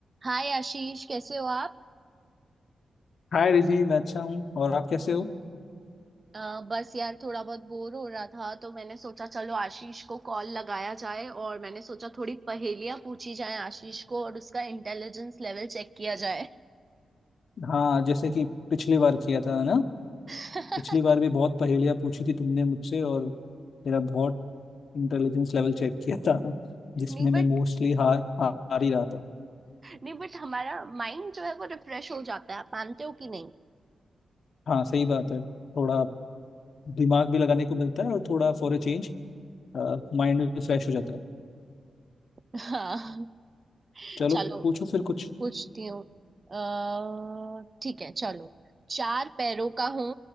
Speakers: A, on the right; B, on the left.
A: हाय आशीष कैसे हो आप
B: हाय रिधि मैं अच्छा हूँ और आप कैसे हो
A: अ, बस यार थोड़ा बहुत बोर हो रहा था तो मैंने सोचा चलो आशीष को कॉल लगाया जाए और मैंने सोचा थोड़ी पहेलियां पूछी जाए आशीष को और उसका इंटेलिजेंस लेवल चेक किया जाए
B: हाँ जैसे कि पिछली बार किया था ना
A: <laughs> नहीं
B: पिछली बार भी बहुत पहेलियाँ पूछी थी तुमने मुझसे और मेरा बहुत इंटेलिजेंस लेवल चेक किया था <laughs> जिसमें
A: बट
B: मैं मोस्टली हार हार ही रहा था
A: नहीं बट हमारा माइंड जो है वो रिफ्रेश हो जाता है आप मानते हो कि नहीं
B: हाँ सही बात है थोड़ा दिमाग भी लगाने को मिलता है और थोड़ा फॉर ए चेंज माइंड भी फ्रेश हो जाता है
A: हाँ
B: चलो
A: चलो
B: पूछो फिर कुछ
A: पूछती हूँ अ, ठीक है चलो चार पैरों का हूँ